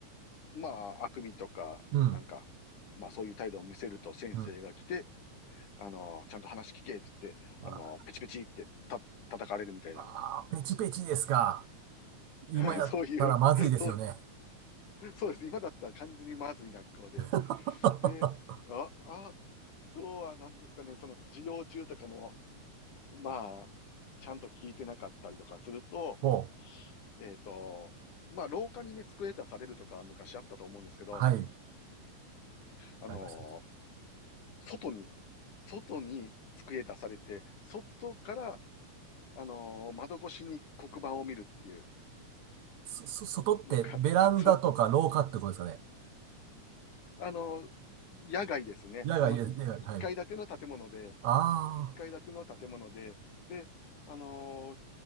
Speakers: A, on the left; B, on the right.
A: ーまあ、あくびとか、
B: うん、
A: なんか、まあ、そういう態度を見せると先生が来て、
B: うん。
A: あのーちゃんと話聞けって言って、
B: うわ
A: あのーペチペチってた、叩かれるみたいな。
B: まあー、ペチペチですか。今やったらまずいですよね。
A: <laughs> そういう、そう、そうです。今だったら完全にまずい学校で。
B: <laughs>
A: で、あ、あとは何ですかね、その授業中とかも、まあ、ちゃんと聞いてなかったりとかすると、
B: ほ
A: えっと、まあ、廊下にね、机出されるとか昔あったと思うんですけど、
B: う。はい。
A: あのー
B: ありました。
A: 外に、外に机出されて、外から、あのー窓越しに黒板を見るっていう、
B: そ、そ、外ってベランダとか廊下ってことですかね。
A: なんか、<laughs> そう、あのー野外ですね。
B: 野外、
A: あの、
B: 野外、
A: い一階建ての建物で、
B: はい。ああ、
A: 一階建ての建物で、で、あのー